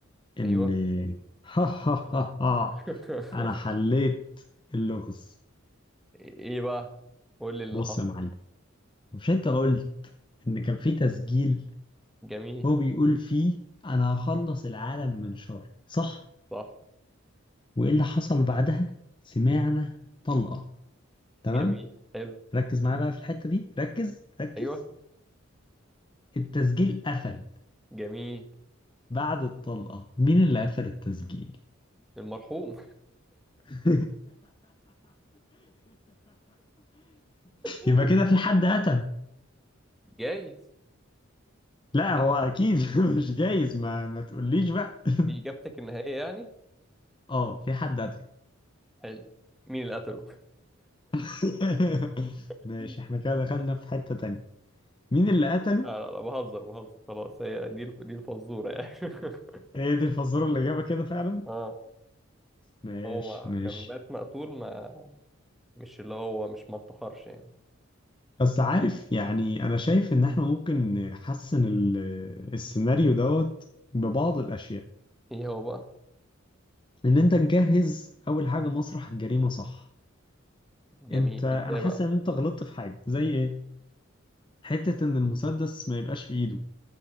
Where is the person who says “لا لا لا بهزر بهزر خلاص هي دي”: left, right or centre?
Centre